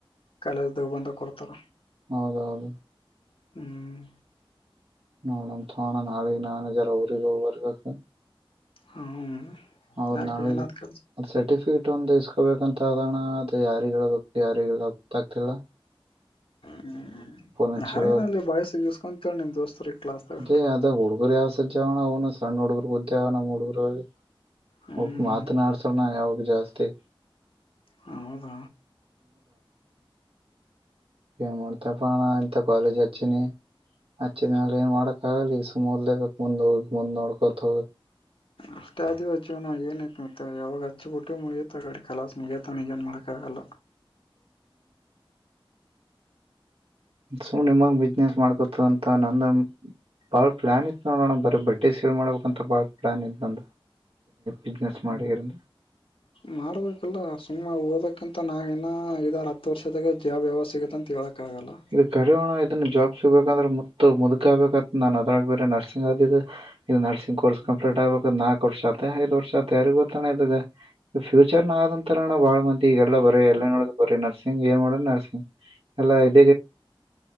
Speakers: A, on the left; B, on the right.
A: ಕಾಲೇಜ್ದಾಗ ಬಂದಾಗ ಕೊಡ್ತಾರ
B: ಹೌದ ಹೌದು.
A: ಹ್ಮ್
B: ನೋಡಣತ್ೋಣ ನಾಳೆ ನಾನಜರ ಅವ್ರಗ ಹೋಗ ಬರ್ಗಕ್.
A: ಹ್ಮ್
B: ಹೌದು
A: ಯಾಕೆ
B: ನಾಳೆಗೆ
A: ಏನಾದ್ ಕೆಲ್ಸ
B: ಅದ್ ಸರ್ಟಿಫಿಕೇಟ್ ಒಂದ್ ಇಸ್ಕೊಬೇಕಂತ ಅದಣ ಅದ ಯಾರಿಗ ಬು ಯಾರಿಲ್ಲ ಆಗ್ತಿಲ್ಲ.
A: ಹ್ಮ್
B: ಹಚ್ಚಿ
A: ಯಾರೇನಲ್ಲಿ
B: ಹೇಳ್ಬೇಕು
A: ಬಾಯಸಗಸ್ಕೊಂತಳ ನಿಮ್ ದೋಸ್ತರಿಗೆ. ಕ್ಲಾಸ್ದಾಗ
B: ಅದೇ ಅದ ಹುಡ್ಗರು ಯಾವ್ ಸಜ್ಜವಣ ಅವ್ನು ಸಣ್ಣ ಹುಡುಗರ್ ಉದ್ಯವನ ಹುಡುಗರುಲ್ಲಿ.
A: ಹ್ಮ್
B: ಹಕ್ ಮಾತನಾಡ್ಸಣ ಯಾವಾಗ ಜಾಸ್ತಿ.
A: ಹೌದ..
B: ಇಏನ್ ಮಾಡ್ತಾ ಪಣ ಇಂತ ಕಾಲೇಜ್ ಹಚ್ಚಿನ. ಹಚ್ಚ ದಿನಾಲ ಏನ್ ಮಾಡಕಕ್ಕಾಗಲಿ ಈಗ ಸುಮದಲೇಬೇಕಕ್ ಮುಂದ್ ಹೋಗಿ ಮುಂದ್ ನೋಡ್ಕೋತ ಹೋಗ.
A: ಅಷ್ಟೇ ಆದ ದಿವ ಜೀವನಾಗ ಏನ್ಯತ ಮತ್ತ ಯಾವಾಗ ಹಚ್ಚಿಬಿಟ್ಟು ಮುಳ ಗಡೆ ಕಲ ಮುಗತಾನ ಈಗೇನ್ ಮಾಡ್ಕ್ಕಾಗಲ್ಲ
B: ಸು ನಿಮಗ್ ಬಿಸ್ನೆಸ್ ಮಾಡ್ಕೊತದಂತ ನಂದ ಬಾಳ ಪ್ಲಾನ್ ಇಐತ್ ನೋಡ ನ ಬರೀ ಬಟ್ಟೆ ಸೇಲ್ ಮಾಡ್ಬೇಕಂತ ಬಾಳ ಪ್ಲಾನ್ಐತ್ ನ ಬಿಸ್ನೆಸ್ ಮಾಡಿರಿಂದ
A: ಮಾಡಾರಬೇಕಿಲ್ಲ ಸುಮ್ಮನೆ ಓಡ್ಬೇಕಂತ ನಾ ನ ಇದಾರೆಪ್ಪ ಹತ್ತು ವರ್ಷದಾಗ ಜಾಬ್ ಯಾವಾಗ ಸಿಗತ್ತ ಅಂತ ಹೇಳಕ್ಕಾಗಲ್ಲ
B: ಇದು ಕರಿೋಣ ಇದನ್ನ ಜಾಬ್ ಸಿಗ್ಬೇಕಂದ್ರೆ ಮುತ್ತ ಮುದ್ಕ ಆಗ್ಬೇಕತ್ ನನ್ ಅದ್ರಾಗ ಬೇರೆ ನರ್ಸಿಂಗ್ ಆದದಿದ್ದು ಇ ನರ್ಸಿಂಗ್ ಕೋರ್ ಕಂಪ್ಲೀಟ್ ಆಗ್ಬೇಕು ನಾಲ್ಕು ವರ್ಷ ಆತೆ ಐದು ವರ್ಷ ಆಐತ ಯಾರಿಗ ಗೊತ್ತಣೆ ಇದಗ ಫ್ಯೂಚರ್ ನ ಆದಂಂತರಣ ಬಾಳ ಮಂದಿ ಈಗೆಲ್ಲ ಬರರಿ ಎಲ್ಲ ನೋಡ್ ಬ್ರ ನರ್ಸಿಂಗ್ ಏ ಮಾಡೋ ನರ್ಸಿಂಗ್ ಎಲ್ಲ ಆಯ್ತು